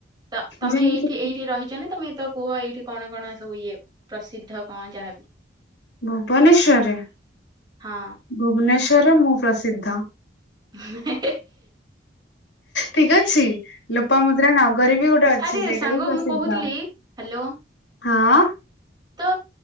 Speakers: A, on the right (about 25°); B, on the left (about 85°).
A: ତ ତମେ
B: ଯେମିତି
A: ଏଇଠି ଏଇଠି ରହିଛ ତମେ ତ କୁହ ଏଇଠି କଣ କଣ ସବୁ ଇଏ ପ୍ରସିଦ୍ଧ କଣ ଯାହାବି।
B: ଭୁବନେଶ୍ଵରରେ
A: ହଁ
B: ଭୁବନେଶ୍ୱରରେ ମୁଁ ପ୍ରସିଦ୍ଧ।
A: <unintelligible>
B: ଠିକ ଅଛି ଲୋପାମୁଦ୍ରା ନଗରୀ ବି ଗୋଟେ ଅଛି
A: ଆରେ
B: ସେଇଟା
A: ସାଙ୍ଗ
B: ହି ପ୍ରସିଦ୍ଧ
A: ମୁଁ କହୁଥିଲି ହ୍ୟାଲୋ
B: ହଁ
A: ତ